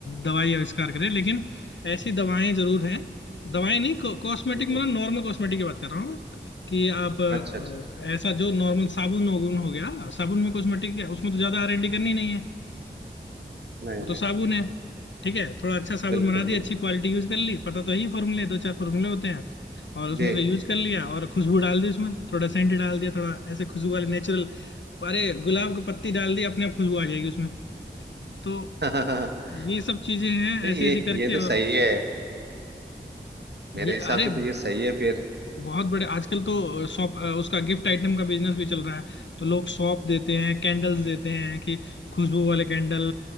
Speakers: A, on the left (about 80°); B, on the right (about 65°).
A: दवाई आविष्कार करें लेकिन ऐसी दवाएं जरूर हैं दवाएं नहीं कॉस्मेटिक
B: हम्म,
A: मतलब
B: हम्म,
A: नॉर्मल कॉस्मेटिक की बात कर रहा हूँ मैं कि आप
B: अच्छा अच्छा अच्छा।
A: अ, ऐसा जो नॉर्मल साबुन हो हो गया साबुन में कॉस्मेटिक है उसमें तो ज्यादा आरएनडी करनी नहीं है
B: नहीं
A: वो तो
B: नहीं
A: साबुन है ठीक है थोड़ा अच्छा साबुन
B: बिल्कुल
A: बना दिया
B: बिल्कुल
A: अच्छी क्वालिटी यूज कर ली पता तो यही फॉर्मूले दो चार फॉर्मूले होते हैं और उसमें
B: जी
A: से यूज कर लिया और खुशबू डाल दी उसमें थोड़ा सेंट डाल दिया थोड़ा ऐसे खुशबू वाले नेचुरल अरे गुलाब की पत्ती डाल दी अपने आप खुशबू आ जाएगी उसमें तो
B: <laughs>
A: ये सब चीजें हैं
B: तो ये
A: ऐसे ऐसे करके
B: ये तो
A: और
B: सही है
A: ये
B: मेरे हिसाब
A: अरे
B: से तो ये सही है फिर
A: बहुत बड़े आजकल तो शॉप उसका गिफ्ट आइटम का बिजनेस भी चल रहा है तो लोग सौंफ देते हैं कैंडल्स देते हैं कि खुशबू वाले कैंडल